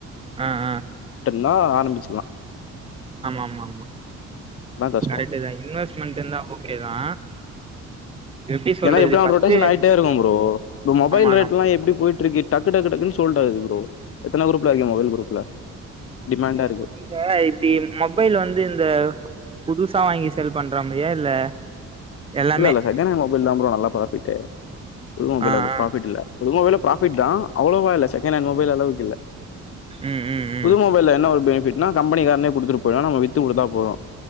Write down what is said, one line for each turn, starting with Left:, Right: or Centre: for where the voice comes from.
Right: அ அ
Left: நா ஆரம்பிச்சுலா
Right: ஆமா ஆமா ஆமா
Left: கஷ்டோ
Right: கரெக்ட்டு தா இன்வெஸ்ட்மெண்ட்டு இருந்தா ஓகே தா எப்டி சொல்றது
Left: ஏன்னா எப்டி
Right: ஃபர்ஸ்ட்
Left: ரொட்டேஷன் ஆயிட்டேருக்கு ப்ரோ இப்ப மொபைல்
Right: ஆமா நம்
Left: ரேட்லா எப்டி போயிட்ருக்கு டக்கு டக்கு டக்குன் சோல்டா து ப்ரோ எத்தன குரூப்ல இருக்க மொபைல் குரூப்ல டிமாண்டா இருக்கு.
Right: போட்டுங்க இப்டி ன் மொபைல் வந்து இந்த புதுசா வாங்கி சேல் பண்றமாரியா இல்ல எல்லாமே
Left: இல்லல்ல செகண்டண்ட் மொபைல் தா ப்ரோ நல்லா ப்ராஃபிட்டு புது மொபைல்ல
Right: ஆ
Left: அவ்ளோ
Right: ஆ
Left: ப்ராஃபிட்டில்ல புது மொபைல்ல ப்ராஃபிட் தா அவ்ளோவா இல்ல செகெண்ட்ண்ட் மொபைல் அளவுக்கில்ல
Right: ம் ம் ம்
Left: புது மொபைல்ல என்ன ஒரு பெனிஃபிட்னா கம்பெனி காரனே குடுத்துட்டு போயிடுவ நம்ம வித்து குடுத்தா போது